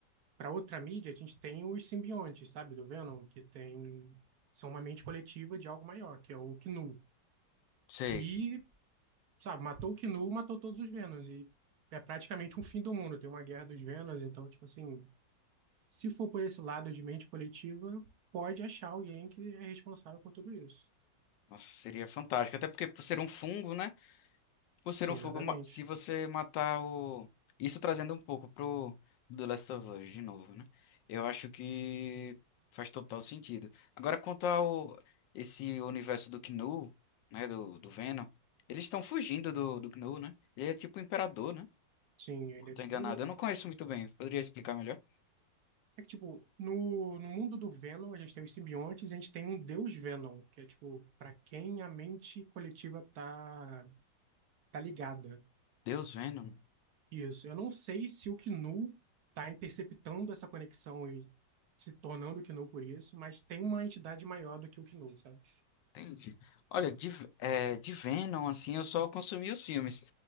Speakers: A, on the right; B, on the left.
A: pra outra mídia, a gente tem os simbiontes, sabe, do Venom, que tem, são uma mente coletiva de algo maior, que é o Knu.
B: Sei.
A: E, sabe, matou o Knu, matou todos os Venoms. E é praticamente um fim do mundo. Tem uma guerra dos Venoms, então, tipo assim, se for por esse lado de mente coletiva, pode achar alguém que é responsável por tudo isso.
B: Nossa, seria fantástico. Até porque por ser um fungo, né? Por ser
A: Sim,
B: um fungo,
A: exatamente.
B: ma- se você matar o. Isso trazendo um pouco pro The Last of Us de novo, né? Eu acho que faz total sentido. Agora, quanto ao esse universo do Knu, né? Do, do Venom, eles estão fugindo do, do Knu, né? Ele é tipo o imperador, né?
A: Sim, ele
B: Não
A: é
B: tô
A: tipo.
B: enganado. Eu não conheço muito bem. Poderia explicar melhor?
A: É que, tipo, no, no mundo do Venom, a gente tem os simbiontes e a gente tem um deus Venom, que é, tipo, para quem a mente coletiva tá, tá ligada.
B: Deus Venom.
A: Isso. Eu não sei se o Knu tá interceptando essa conexão e se tornando o Knu por isso, mas tem uma entidade maior do que o Knu, sabe?
B: Entendi. Olha, de, é, de Venom, assim, eu só consumi os filmes.